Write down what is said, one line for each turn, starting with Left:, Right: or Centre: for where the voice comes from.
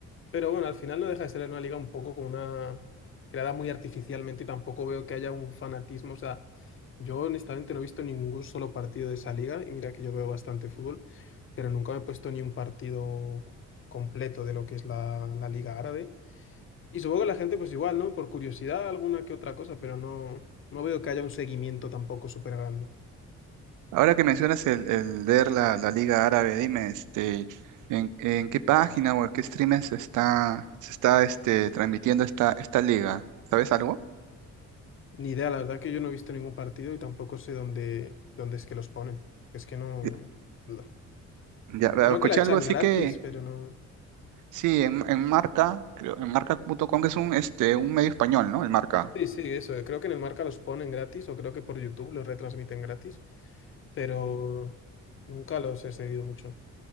Left: Pero bueno, al final no deja de ser una liga un poco con una... creada muy artificialmente y tampoco veo que haya un fanatismo, o sea, yo honestamente no he visto ningún solo partido de esa liga y mira que yo veo bastante fútbol, pero nunca me he puesto ni un partido completo de lo que es la la liga árabe. Y supongo que la gente, pues igual, ¿no? Por curiosidad, alguna que otra cosa, pero no, no veo que haya un seguimiento tampoco súper grande.
Right: Ahora que mencionas el, el ver la, la Liga Árabe, dime, este, ¿en, en qué página o en qué streaming se está, se está este, transmitiendo esta, esta liga? ¿Sabes algo?
Left: Ni idea, la verdad que yo no he visto ningún partido y tampoco sé dónde, dónde es que los ponen. Es que no,
Right: Eh,
Left: no.
Right: Ya, eh,
Left: Creo
Right: escuché
Left: que la echan
Right: algo así
Left: gratis,
Right: que,
Left: pero no.
Right: sí, en, en Marca, creo, en marca punto com que es un, este, un medio español, ¿no? El Marca.
Left: Sí, sí, eso. Creo que en el Marca los ponen gratis o creo que por YouTube los retransmiten gratis, pero nunca los he seguido mucho.